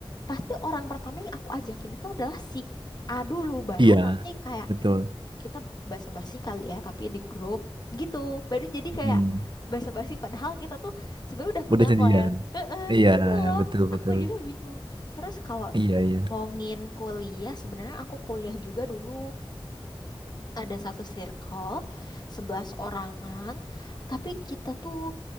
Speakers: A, on the left (about 45°); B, on the right (about 55°).
A: pasti orang pertama yang aku ajakin itu adalah si A dulu baru
B: Iya,
A: nanti kayak
B: betul.
A: kita basa-basi kali ya tapi di grup gitu baru jadi kayak
B: Hmm.
A: basa-basi padahal kita tuh sebenarnya udah punya
B: Udah janjian.
A: plan Heeh,
B: Iya,
A: gitu loh
B: betul
A: aku
B: betul.
A: juga bingung terus kalau
B: Iya, iya.
A: ngomongin kuliah sebenarnya aku kuliah juga dulu ada satu circle, 11 orangan, tapi kita tuh